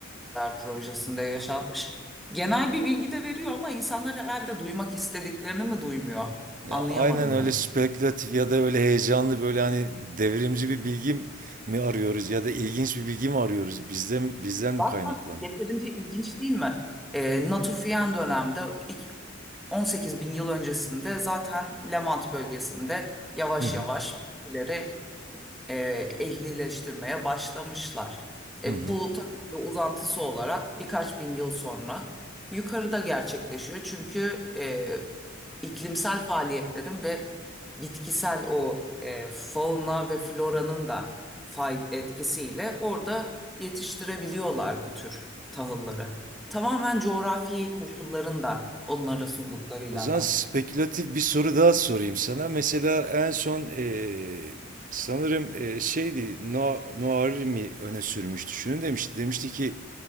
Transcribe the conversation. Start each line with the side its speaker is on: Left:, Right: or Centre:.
Centre: Ler projesinde yaşanmış. Genel bir bilgi de veriyor ama insanlar herhalde duymak istediklerini mi duymuyor?
Right: Ya
Centre: Anlayamadım
Right: aynen öyle
Centre: ben.
Right: spekülatif ya da öyle heyecanlı böyle hani devrimci bir bilgi mi arıyoruz ya da ilginç bir bilgi mi arıyoruz? Bizden bizden mi
Centre: Zaten
Right: kaynaklanıyor?
Centre: yeterince ilginç değil mi? E, Natufian dönemde ilk 18 bin yıl öncesinde zaten Levant bölgesinde yavaş
Right: Hı hı
Centre: yavaş ileri e, ehlileştirmeye başlamışlar.
Right: hı
Centre: E,
Right: hı
Centre: bu tabii ki uzantısı olarak birkaç bin yıl sonra yukarıda gerçekleşiyor. Çünkü e, iklimsel faaliyetlerin ve bitkisel o e, fauna ve floranın da fay etkisiyle orada yetiştirebiliyorlar bu tür tahılları. Tamamen coğrafi koşulların da onlara sunduklarıyla
Right: O zaman
Centre: alakalı.
Right: spekülatif bir soru daha sorayım sana. Mesela en son eee, sanırım eee, şeydi No- Noarimi öne sürmüştü. Şunu demişti. Demişti ki